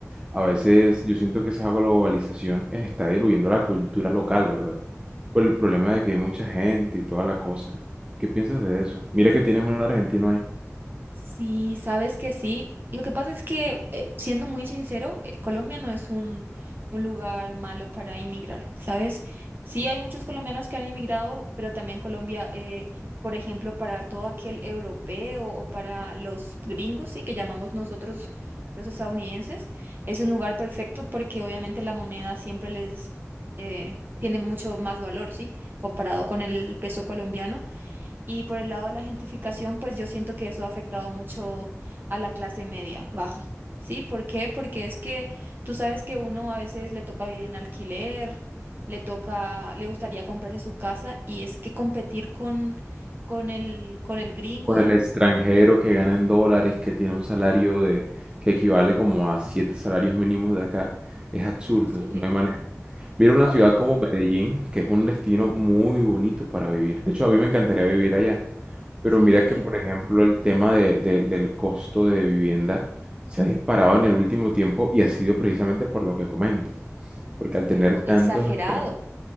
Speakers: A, on the right (about 20°); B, on the right (about 40°).
A: A veces yo siento que esa globalización está diluyendo la cultura local, ¿verdad? Por el problema de que hay mucha gente y toda la cosa. ¿Qué piensas de eso? Mira que tienes un argentino ahí,
B: Sí, sabes que sí. Lo que pasa es que, eh, siendo muy sincero, eh, Colombia no es un, un lugar malo para inmigrar, ¿sabes? Sí, hay muchos colombianos que han inmigrado, pero también Colombia, eh, por ejemplo, para todo aquel europeo o para los gringos, sí, que llamamos nosotros los estadounidenses, es un lugar perfecto porque obviamente la moneda siempre les eh, tiene mucho más valor, ¿sí? Comparado con el peso colombiano. Y por el lado de la gentrificación, pues yo siento que eso ha afectado mucho a la clase media, baja. ¿Sí? ¿Por qué? Porque es que tú sabes que uno a veces le toca vivir en alquiler, le toca, le gustaría comprarse su casa y es que competir con, con el, con el gringo,
A: con el
B: el-
A: extranjero que gana en dólares, que tiene un salario de que equivale como a siete salarios mínimos de acá. Es absurdo,
B: imposible,
A: no hay manera. Mira una
B: obvio.
A: ciudad como Medellín, que es un destino muy bonito para vivir. De hecho, a mí me encantaría vivir allá. Pero
B: Sí,
A: mira que, por ejemplo, el tema de- de- del costo de vivienda se ha disparado en el último tiempo y ha sido precisamente por lo que comentas. Porque al
B: pero
A: tener tantos
B: exagerado.
A: extranjeros...